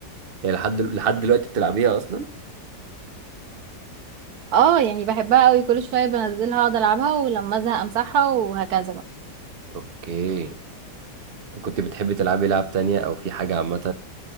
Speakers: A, on the right (about 50°); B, on the right (about 65°).
A: يعني لحد لحد دلوقتي بتلعبيها أصلا
B: <laughs> اه يعني بحبها قوي كل شوية بنزلها اقعد العبها ولما ازهق امسحها وهكذا بقى
A: أوكي كنت بتحبي تلعبي لعب تانية أو في حاجة عامة